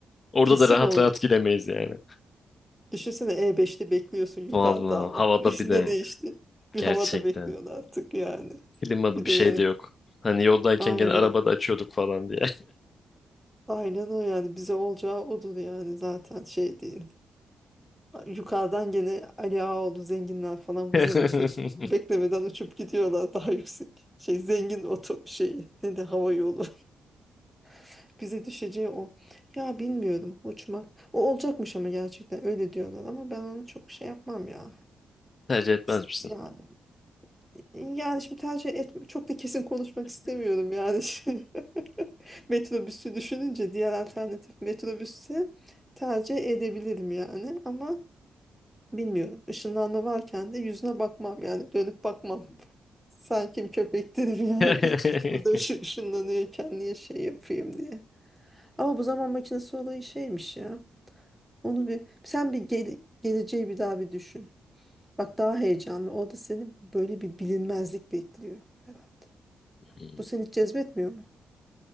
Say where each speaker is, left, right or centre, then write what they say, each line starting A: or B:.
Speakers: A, on the left; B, in the centre.
A: Orada
B: kesin
A: da rahat
B: olur.
A: rahat gidemeyiz yani.
B: Düşünsene e beşte bekliyorsun yukarıda
A: Vallahi
B: ama
A: havada
B: <laughs>
A: bir
B: ne
A: de
B: değişti? Bir
A: Gerçekten.
B: havada bekliyorsun artık yani.
A: Klimalı
B: Bir
A: bir
B: de
A: şey
B: yani
A: de yok. Hani yoldayken
B: aynen
A: gene arabada açıyorduk falan diye.
B: aynen o yani bize olacağı odur yani zaten şey değil. Yukarıdan gene Ali Ağaoğlu zenginler falan vızır
A: <laughs>
B: vızır beklemeden uçup gidiyorlar <laughs> daha yüksek. Şey zengin oto şeyi ne de hava yolu. <laughs> Bize düşeceği o. Ya bilmiyorum uçmak. O olacakmış ama gerçekten öyle diyorlar ama ben onu çok şey yapmam ya.
A: Tercih etmez
B: İst-
A: misin?
B: Yani, yani şimdi tercih etme çok da kesin konuşmak istemiyorum yani. <laughs> Şimdi Metrobüsü düşününce diğer alternatif metrobüsü tercih edebilirim yani ama Bilmiyorum. Işınlanma varken de yüzüne bakmam yani dönüp bakmam. Sen kim köpek dedim yani.
A: <laughs>
B: <laughs> Bu da şu ışınlanıyorken niye şey yapayım diye. Ama bu zaman makinesi olayı şeymiş ya. Onu bir sen bir gele- geleceği bir daha bir düşün. Bak daha heyecanlı. O da seni böyle bir bilinmezlik bekliyor Berat.
A: Hmm,
B: Bu seni hiç cezbetmiyor mu?